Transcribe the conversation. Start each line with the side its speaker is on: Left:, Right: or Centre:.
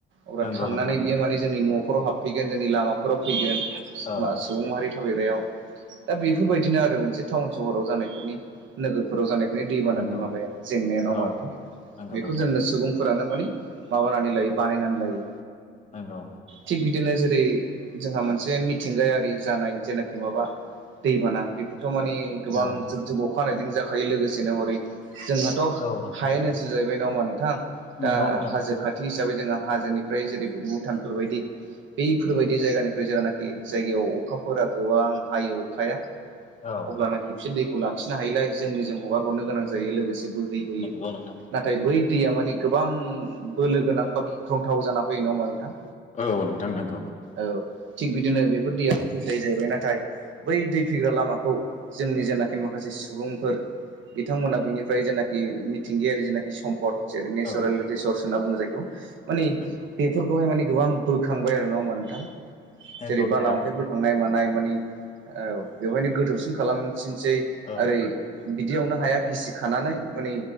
Right: अब्ला
Left: नंगौ
Right: थांनानै
Left: नोंथां
Right: बियो माने जोंनि न'खराव हाब फैगोन जोंनि लामाफोराव फैगोन
Left: औ
Right: मास सुबुं माहारि थाबायग्रायाव दा बेफोरबायदिनो आरो मोनसे टाउन सहराव जानायफोरनि नोगोरफोराव जानायनि दैबानानि
Left: नंगौ
Right: माबाया जेंनाया नङा ओमबा
Left: औ
Right: नोंथां
Left: नंगौ
Right: बेखौ
Left: नोंथां
Right: जोंनो सुबुं फोरानो माने माबानानै लायो बानायनानै लायो।
Left: नंगौ।
Right: थिग बिदिनो जेरै जोंहा मोनसे मिथिंगायारि जानाय जेनाखि माबा दैबाना बेफोरथ' माने गोबां
Left: औ
Right: जुब जुब अखा हानाय जों जाखायो लोगोस सेनोहरै जोंहाथ'
Left: औ नोंथां
Right: हायेन ओनसोल जाहैबाय नङा ओमबा नोंथां दा
Left: नंगौ नोंथां
Right: हाजो खाथि हिसाबै जोङो हाजोनिफ्राय जेरै भुटानफोर बायदि बैफोरबायदि जायगानिफ्राय जेरानाकि जायगायाव अखाफोरा गोबां हायो अखाया
Left: औ
Right: अब्लानाकि बिसोर दैखौ लाखिनो हायोलाय जोंनो जों हगार हरनो गोनां जायो लोगोसे बोहैबोयो
Left: नंगौ नोंथां
Right: नाथाय बै दैया माने गोबां बोलो गोनां बा गिख्रंथाव जाना फैयो नङा ओमबा नोंथां?
Left: औ नोंथां नंगौ।
Right: औ थिग बिदिनो बेफोर दैयाथ' फैखायो जाहैबाय नाथाय बै दै फैग्रा लामाखौ जोंनि जेनाखि माखासे सुबुंफोर बिथांमोनहा बिनिफ्राय जेनाखि मिथिंगायारि जेनाखि सम्पद जेरै
Left: औ
Right: <unintelligible> होनना बुङो जायखौ माने
Left: नंगौ
Right: बे फोरखौहाय माने गोबां बोखांबाय आरो नङा ओमबा नोंथां
Left: नंगौ
Right: जेरै
Left: नोंथां
Right: बाला अन्थाइफोर थांनाय मानाय माने ओ बेवहायनो गोथौसिन खालामथिनसै
Left: औ
Right: ओरै बिदियावनो हाया गिसि खानानै माने